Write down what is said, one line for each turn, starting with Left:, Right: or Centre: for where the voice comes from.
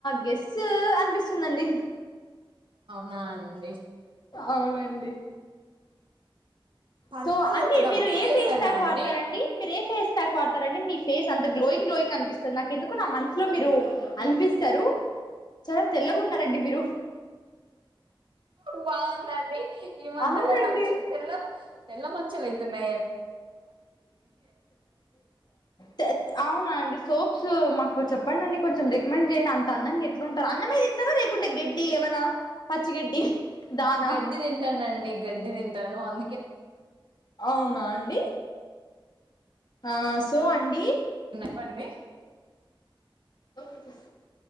Left: గేసు అనిపిసుందండి
Right: నా అండి
Left: అవునండి
Right: పర్పుల్
Left: సో అన్ని
Right: ఒకటి
Left: మీరు
Right: అబ్జర్వ్
Left: ఏ
Right: చేసారా
Left: ఫేస్ ప్యాక్
Right: అండి
Left: వాడతారండి మీరు ఏ ఫేస్ తక్ వాడతారండి మీ ఫేస్ అంత గ్లోయింగ్ గ్లోయింగ్ అనిపిస్తుంది, నాకు ఎందుకు నా మనసు లో మీరు అనిపిస్తారు చాలా తెల్లగాన్నారండి మీరు
Right: బాగుందండి ఈ మధ్యల
Left: అవునండి
Right: నాకు చె తెల్ల తెల్ మ చలతేన్నా
Left: తేత్ అవునండి సోప్స్ మాకు చెప్పాడండి కొంచం రికమెండ్ చేయండి. అంత అందంగా ఎట్లుంటారు. అన్నమేదిన్ తర రేకుండే గడ్డి ఏమన్నా పచ్చిగడ్డి దానా
Right: గడ్డి తింటానండి గడ్డి తింటాను అందుకే
Left: అవునాండి ఆస్ తోండి
Right: ప్పండి
Left: హోహో